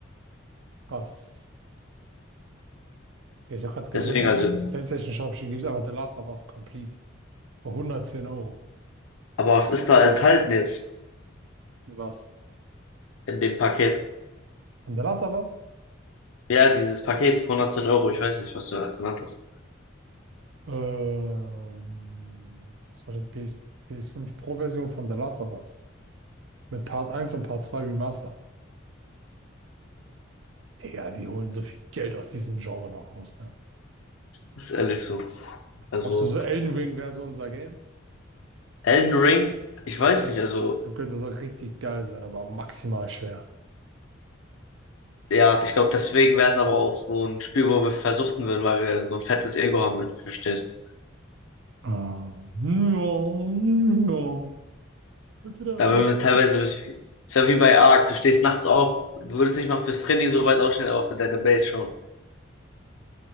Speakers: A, on the right; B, on the left.
A: Krass. Ja, Ich habe gerade gesehen,
B: Deswegen
A: im
B: also,
A: PlayStation Shop gibt es einfach The Last of Us Complete. Für hundertzehn Euro.
B: aber was ist da enthalten jetzt
A: Und was?
B: in dem Paket?
A: Und The Last of Us?
B: Ja, dieses Paket von 110 Euro, ich weiß nicht, was du genannt hast.
A: Ähm, das war die PS, ps fünf Pro-Version von The Last of Us. Mit Part eins und Part 2 Remastered. Digga, die holen so viel Geld aus diesem Genre noch raus, ne?
B: Ist ehrlich so. Also,
A: Glaubst du, so Elden Ring wäre so unser Game?
B: Elden Ring, ich
A: Ich
B: weiß
A: habe gehört,
B: nicht, also
A: ich hab gehört, das soll richtig geil sein, aber maximal schwer.
B: Ja, ich glaube, deswegen wäre es aber auch so ein Spiel, wo wir versuchten würden, weil wir so ein fettes Ego haben, wenn du verstehst.
A: Ah, ja, ja. Look it up,
B: Da würden
A: okay.
B: wir teilweise bis viel. Es wäre wie bei Ark, du stehst nachts auf, du würdest nicht mal fürs Training so weit aufstehen, aber für deine Base schon.